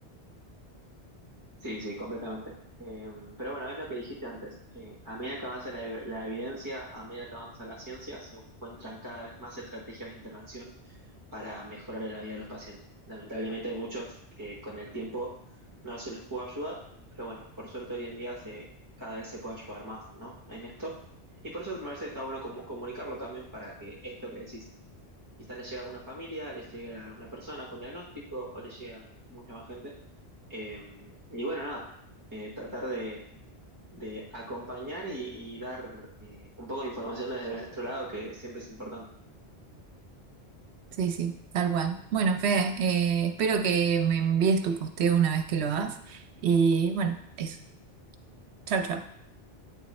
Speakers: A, on the right; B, on the right.
A: Sí, sí, completamente. Eh, pero bueno, es lo que dijiste antes. Eh, a medida que avanza la, la evidencia, a medida que avanza la ciencia, se encuentran cada vez más estrategias de intervención para mejorarle la vida a los pacientes. Lamentablemente hay muchos que con el tiempo no se les pudo ayudar, pero bueno, por suerte hoy en día se, cada vez se puede ayudar más, ¿no? En esto. Y por eso me parece que está bueno como- comunicarlo también para que esto que decís, quizás le llegue a alguna familia, le llegue a alguna persona con diagnóstico o le llegue a mucha más gente. Eh, y bueno, nada, eh, tratar de, de acompañar y, y dar eh, un poco de información desde nuestro lado, que siempre es importante.
B: Sí, sí, tal cual. Bueno, Fede, eh, espero que me envíes tu posteo una vez que lo hagas. Y bueno, eso. Chao, chao.